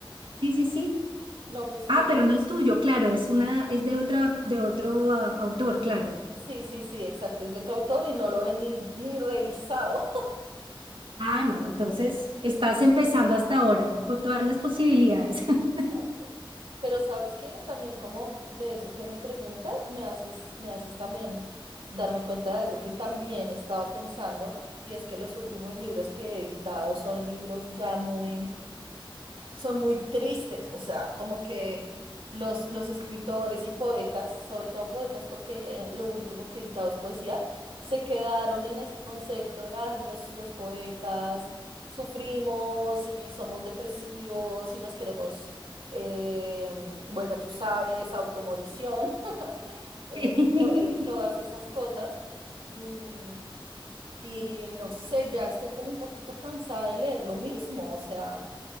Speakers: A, on the right; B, on the right.
A: Sí, sí, sí.
B: no, pues
A: Ah,
B: no,
A: pero
B: lo-
A: no es tuyo, claro, es una, es de otra, de otro ah, autor, claro.
B: Sí, sí, sí, exacto, es de otro autor y no lo he ni, ni revisado.
A: Ah, no, entonces estás empezando hasta ahora con todas las posibilidades.
B: Sí,
A: <laughs>
B: exacto. Pero sabes que también como de eso que me preguntas, me haces, me haces también darme cuenta de algo que también he estado pensando, y es que los últimos libros que he editado son libros ya muy son muy tristes, o sea, como que los, los escritores y poetas, sobre todo poetas, porque eh, lo último que he editado es poesía, se quedaron en ese concepto de, ay, los, los poetas sufrimos y somos depresivos y nos queremos, eh, bueno, tú sabes, automorición <laughs> eh,
A: Sí.
B: y, to- y todas esas cosas. Mm, y no sé, ya estoy como un poquito cansada de leer lo mismo, o sea